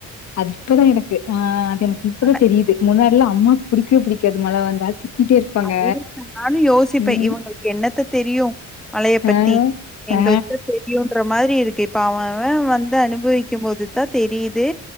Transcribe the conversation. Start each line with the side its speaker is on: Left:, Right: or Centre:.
Left: அது இப்பதா எனக்கு ஆ அது எனக்கு இப்பதா
Centre: ஆனா
Left: தெரியுது முன்னாடிலா அம்மாக்கு புடிக்கவே புடிக்காது மழ வந்தா திட்டிட்டே இருப்பாங்க
Centre: அதேதா நானு யோசிப்பே
Left: ம்
Centre: இவுங்களுக்கு என்னத்த தெரியு மழய பத்தி
Left: ஆ
Centre: எங்களுக்கு
Left: ஆ
Centre: தா தெரியு ற மாரி இருக்கு இப்ப அவ அவெ வந்து அனுபவிக்கம் போது தா தெரியிது